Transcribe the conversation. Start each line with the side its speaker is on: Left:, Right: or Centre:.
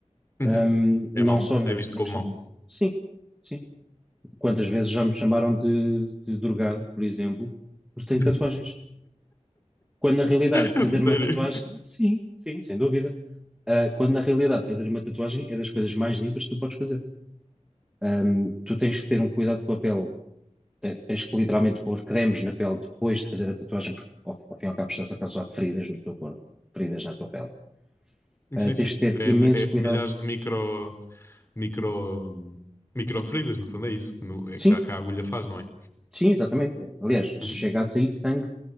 Left: uhum.
Centre: Ahm, não
Left: É mau.
Centre: só na,
Left: É visto
Centre: na
Left: como
Centre: questão.
Left: mau.
Centre: Sim, sim. Quantas vezes já me chamaram de, de drogado, por exemplo, porque tenho
Left: <laughs>
Centre: tatuagens. Quando na realidade
Left: A
Centre: fazer
Left: Sério.
Centre: uma tatuagem, sim, sim, sem dúvida. Ah, quando na realidade fazer uma tatuagem é das coisas mais limpas que tu podes fazer. Ahm, tu tens que ter um cuidado com a pele. Te- Tens que literalmente pôr cremes na pele depois de fazer a tatuagem, porque ao, fim- ao fim e ao cabo estás a causar feridas no teu corpo, feridas na tua pele. Ah,
Left: Sim,
Centre: tens
Left: sim.
Centre: que ter
Left: É,
Centre: imenso
Left: mi- é
Centre: cuidado.
Left: milhares de micro, micro, micro feridas, no fundo, é isso que, no- é
Centre: Sim,
Left: que a, que a agulha faz, não é?
Centre: sim, exatamente. Aliás, se
Left: Uhum,
Centre: chega a sair sangue